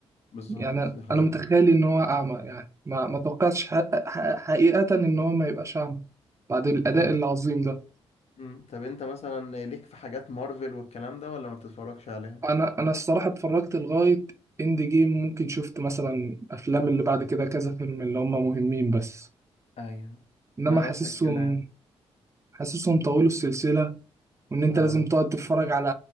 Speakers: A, on the left; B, on the right.
A: بالظبط
B: يعني انا
A: ده حقيقي
B: أنا متخيل ان هو اعمى يعني ما ما توقعتش حق- حق- حقيقة ان هو ما يبقاش اعمى بعد الاداء
A: طب انت
B: العظيم ده
A: مم. طب انت مثلا ليك في حاجات مارفل والكلام ده ولا ما بتتفرجش عليها
B: انا انا الصراحة اتفرجت لغاية اند جيم ممكن شفت مثلا افلام اللي بعد كده كذا فيلم اللي هم مهمين بس
A: ايوه
B: انما
A: انا
B: حاسسهم
A: نفس الكلام
B: حاسسهم طولوا السلسلة وان انت
A: اه
B: لازم تقعد تتفرج على